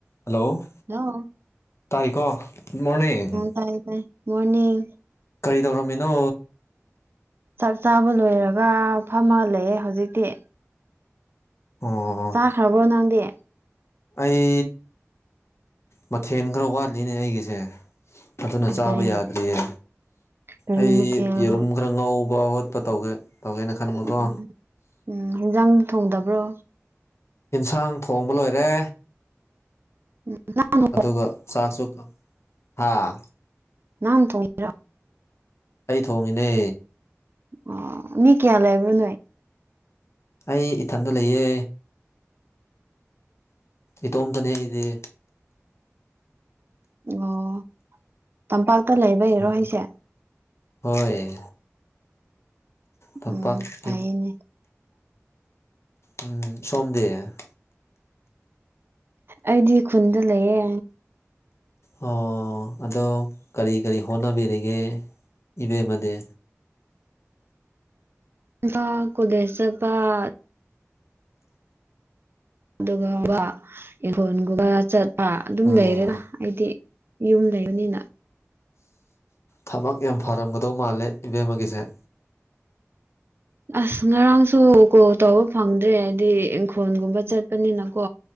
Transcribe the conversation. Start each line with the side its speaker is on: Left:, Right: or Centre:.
Left: Hello
Right: hello
Left: ꯇꯥꯏꯀꯣ good morning
Right: ꯊꯥꯏ-ꯊꯥꯏ ꯃꯣꯅꯤꯡ
Left: ꯀꯔꯤ ꯇꯧꯔꯝꯃꯤꯅꯣ
Right: ꯆꯥꯛ ꯆꯥꯕ ꯂꯣꯏꯔꯒ ꯐꯝꯃꯍꯜꯂꯑꯦ ꯍꯧꯖꯤꯛꯇꯤ
Left: ꯑꯣ
Right: ꯇꯥ ꯈꯕ ꯅꯦꯗꯤ
Left: ꯑꯩ ꯃꯊꯦꯜ ꯈꯔ ꯋꯥꯠꯂꯤꯅꯦ ꯑꯩꯒꯤꯁꯦ ꯑꯗꯨꯅ ꯆꯥꯕ
Right: ꯀꯔꯤ
Left: ꯌꯥꯗ꯭ꯔꯤꯌꯦ
Right: ꯀꯔꯤ
Left: ꯑꯩ
Right: ꯃꯊꯦꯜ
Left: ꯌꯦꯔꯨꯝꯒ ꯈꯔ ꯉꯧꯕ ꯈꯣꯠꯄ ꯇꯧꯒꯦ ꯇꯧꯒꯦꯅ ꯈꯟꯕꯀꯣ
Right: ꯎꯝ ꯎꯝ ꯍꯤꯟꯖꯥꯡꯗ ꯊꯣꯡꯗꯕ꯭ꯔꯣ
Left: ꯏꯟꯁꯥꯡ ꯊꯣꯡꯕ ꯂꯣꯏꯔꯦ
Right: ꯎ
Left: ꯑꯗꯨꯒ ꯆꯥꯛꯁꯨ ꯍꯥꯥ
Right: ꯅꯪ ꯊꯣꯡꯉꯤꯔ
Left: ꯑꯩ ꯊꯣꯡꯉꯤꯅꯦ
Right: ꯑꯣ ꯃꯤ ꯀꯌꯥ ꯂꯩꯕ ꯅꯥꯏ
Left: ꯑꯩ ꯏꯊꯟꯗ ꯂꯩꯌꯦ ꯏꯇꯣꯝꯇꯅꯦ ꯑꯩꯗꯤ
Right: ꯑꯣ ꯇꯝꯄꯥꯛꯇ ꯂꯩꯕꯩꯔꯣ
Left: ꯎꯝ
Right: ꯑꯩꯁꯦ
Left: ꯍꯣꯏ ꯇꯝꯄꯥꯛꯀꯤ
Right: ꯎꯝ ꯐꯥꯏꯅꯦ
Left: ꯎꯝ ꯁꯣꯝꯗꯦ
Right: ꯑꯩꯗꯤ ꯈꯨꯟꯗ ꯂꯩꯌꯦ
Left: ꯑꯣ ꯑꯗꯣ ꯀꯔꯤ ꯀꯔꯤ ꯍꯣꯠꯅꯕꯤꯔꯤꯒꯦ ꯏꯕꯦꯝꯃꯗꯤ
Right: ꯏꯝꯐꯥ ꯀꯣꯂꯦꯁ ꯇ ꯒꯥꯇ ꯑꯗꯨꯒ ꯋꯥ ꯏꯡꯈꯣꯟꯒꯨꯝꯕ ꯆꯠꯄ ꯑꯗꯨꯝ
Left: ꯎꯝ
Right: ꯂꯩꯔꯦꯗ ꯑꯩꯗꯤ ꯌꯨꯝ ꯂꯩꯕꯅꯤꯅ
Left: ꯊꯕꯛ ꯌꯥꯝ ꯐꯔꯝꯒꯗꯧ ꯃꯥꯜꯂꯦ ꯏꯕꯦꯝꯃꯒꯤꯁꯦ
Right: ꯑꯁ ꯉꯔꯥꯡꯁꯨ ꯀꯣꯜ ꯇꯧꯕ ꯐꯪꯗ꯭ꯔꯦ ꯍꯥꯏꯗꯤ ꯏꯪꯈꯣꯜꯒꯨꯝꯕ ꯆꯠꯄꯅꯤꯅꯀꯣ